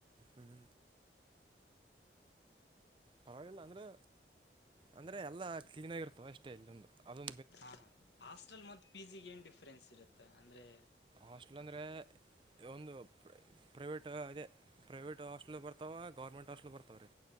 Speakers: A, on the right; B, on the left.
A: ಹ್ಮ್. ಪರವಾಗಿಲ್ಲ ಅಂದ್ರೆ ಅಂದ್ರೆ ಎಲ್ಲಾ ಕ್ಲೀನ್ ಆಗಿರ್ತವೆ ಅಷ್ಟೇ ಇಲ್ಲಿಂದು ಅದು.
B: ಹಾ ಹಾಸ್ಟೆಲ್ ಮತ್ ಪಿ ಜಿ ಗೆ ಏನ್ ಡಿಫ್ರೆನ್ಸ್ ಇರುತ್ತೆ ಅಂದ್ರೆ.
A: ಹಾಸ್ಟೆಲ್ ಅಂದ್ರೆ. ಒಂದು ಪ್ರೈವೇಟು ಅದೇ ಪ್ರೈವೇಟ್ ಹಾಸ್ಟ್ಲ್ ಬರ್ತಾವ ಗೌರ್ಮೆಂಟ್ ಹಾಸ್ಟ್ಲ್ ಬರ್ತಾವ್ರೀ.